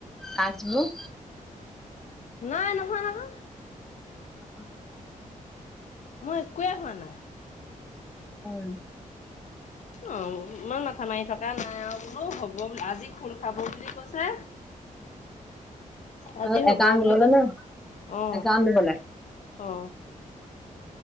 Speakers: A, in the centre; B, on the left.
A: টাস্কবোৰ
B: নাই নহয় নহয়
A: অ
B: মই একোৱে হোৱা নাই
A: উম
B: অ ইমান মাথা মাৰি থকা নাই আৰু বোলো হ'ব আজি খোল খাব বুলি কৈছে আজি
A: অ
B: হ'ব
A: একাউণ্ট
B: বুলি
A: দিবলে
B: কৈছে
A: নে
B: অ
A: একাউণ্ট দিবলে
B: অ